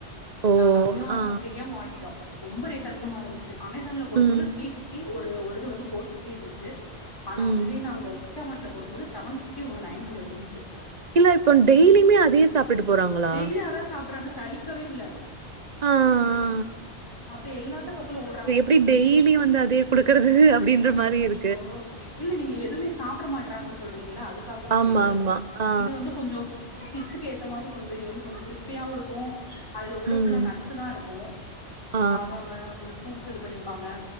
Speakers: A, on the right; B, on the left.
A: ஓ!
B: நாங்க அப்டிதா
A: ஆ.
B: இங்க தெரியாம வாங்கிட்டோ ரொம்ப ரேட் அதிகமா இருந்துச்சு அமேசான்ல்ல போடும்போது
A: ம்.
B: த்ரீ ஃபிஃப்டி ஒரு ஒரிது வந்து ஃபோர் ஃபிஃப் இருந்துச்சு ஆனா
A: ம்.
B: அதுவே நாங்க இன்ஸ்டாமாட்ல போடும்போது செவன் ஃபிஃப்டி ஒன்னு நைன் ஹண்ட்ரட்ருந்துச்சு
A: இல்ல இப்போ டெய்லியுமே அதே சாப்டுட்டு போறாங்களா
B: டெய்லி அதான் சாப்பிடுறாங்க. சலிக்கவே இல்ல.
A: ஆ
B: மத்த எல்லாத்த பாத்தாலு ஓட்றாங்க
A: இப்பிடி டெய்லி வந்து அதே குடுக்குறது அப்படின்ற மாரி இரு
B: ஓ செ இல்ல நீங்க எதுமே சாப்பிட மாட்டறாங்கன் சொல்றீங்கள அது க்காக நா
A: ஆமா,
B: சொல்றே
A: ஆமா. ஆ, ஆ.
B: இது வந்து கொஞ்சோ கிட்ஸ்க்கு ஏத்த மாரி கொஞ்சோ இது வந்து கொஞ்சோ க்ரிஸ்பியாவு இருக்கு அதுல உள்ள
A: ம்.
B: ஃபுல்லா நட்ஸுதா இருக்கு
A: ஆ.
B: பாதாமு கொஞ்சோ ஃப்ரூட்ஸ் இது பண்ணியிருப்பாங்க